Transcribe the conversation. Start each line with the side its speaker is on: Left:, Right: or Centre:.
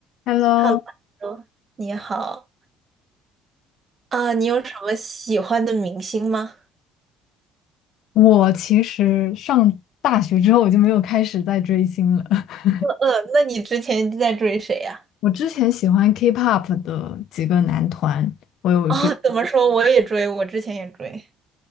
Left: Hello，
Right: Hello，你好啊你有什么喜欢的明星吗？
Left: 我其实上大学之后我就没有开始再追星了。<laughs>
Right: 呃，那你之前在追谁呀？
Left: 我之前喜欢 K-pop 的几个男团，我有追。
Right: 哦，怎么说？我也追，我之前也追，